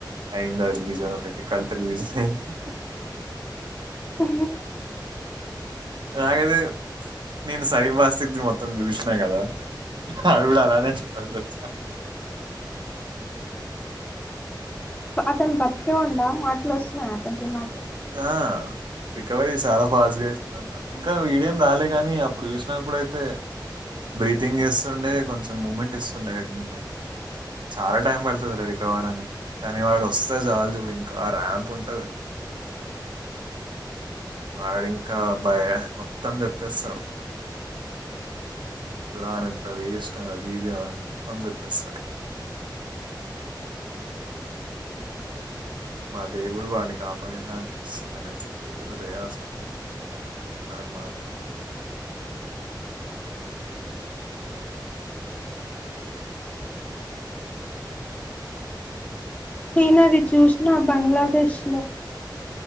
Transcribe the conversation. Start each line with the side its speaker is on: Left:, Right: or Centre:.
Right: అయింది ఆ రిలీజన్ ఒకటి కళత రిలీజన్ అయింది
Left: ఆ
Right: నాలాగతే నేను సరం బాస్క్తి మొత్తం చూసినా కదా ఆవి కూడా అలానే ఉంటాడు చ
Left: అతను బతికే ఉండా మాటలు వస్తున్నాయి అతనికి మ
Right: ఆ రికవరీ చాలా ఫాస్ట్గా అవుతుందంట ఇంకా వడిం రాలే కానీ అప్పుడు చూసినప్పుడుయితే బ్రీతింగ్ చేస్తుండే కొంచెం మూమెంట్ ఇస్తుండే హెడ్ మూ్మెంట్ చాలా టైం పడుతుందిలే రికవర్ అనికి కానీ వాడు వస్తే చాల చూడు ఇంకా ర్యాంప్ ఉంటది వాడింకా భయ మొత్తం చెప్పేస్తాడు విరాన్ ఎంత వేష్ట అది ఇది అ మొత్తం చెప్పేస్తాడు ఇక మా దేవుడు వాడిని కాపాడినంతస్తుమలుస దేవుడు దయా స హరహర మహాదేవ
Left: నేనది చూసిన బంగ్లాదేశ్ లో